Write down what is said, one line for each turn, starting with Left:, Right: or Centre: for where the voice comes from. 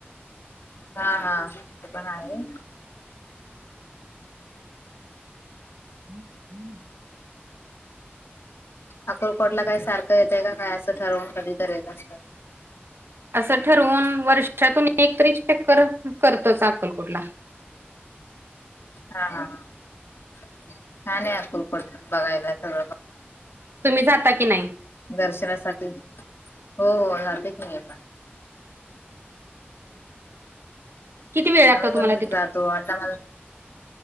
Left: हा हा ते पण आहे.
Right: हम्म हम्म.
Left: अकुलकोटला काही सारखं येतय काय असं ठरवून कधी तर येत असतं
Right: असं ठरवून वर्षातून एक तरी चेककर करतो अक्कल कुठला
Left: हा हा ह छान ह फल कोट बघाय सगळ
Right: तुम्ही जाता की नाही
Left: दर्शनासाठी हो जाते की म पण
Right: किती वेळ लागतो
Left: आम्ही
Right: तुम्हाला
Left: पण जातो आता मला